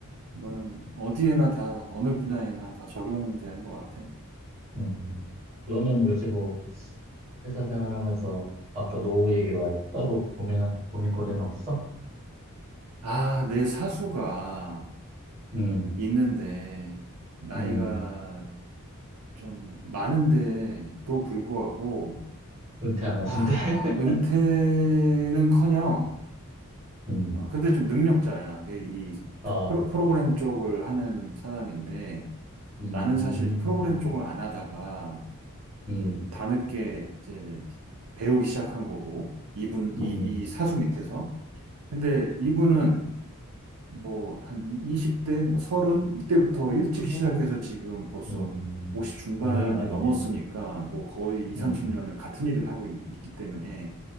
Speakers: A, on the right; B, on the right.
A: 이거는 어디에나 다 어느 분야에나 다 적용되는 것 같아.
B: 음. 너는 요새 뭐, 회사 생활하면서 아까 노후 얘기 말고 따로 고민할 고민거리는 없어?
A: 아, 내 사수가
B: 음,
A: 있는데 나이가
B: 음,
A: 좀 많은데도 불구하고
B: 은퇴 안 하신대?
A: 아,
B: <laughs>
A: 은퇴는커녕
B: 음,
A: 아, 근데 좀 능력자야. 그이
B: 아,
A: 프로, 프로그램 쪽을 하는 사람인데
B: 음,
A: 나는 사실 프로그램
B: 음,
A: 쪽을 안 하다가
B: 음,
A: 이제 다늦게 이제 배우기 시작한 거고 이분
B: 음,
A: 이, 이 사수 밑에서 근데 이분은 뭐 한 20대 뭐 30, 이때부터 일찍
B: 음,
A: 시작해서 지금 벌써
B: 음,
A: 50 중반이
B: 동력이 많네.
A: 넘었으니까 뭐 거의 2, 30년을
B: 음,
A: 같은 일을 하고 있- 있기 때문에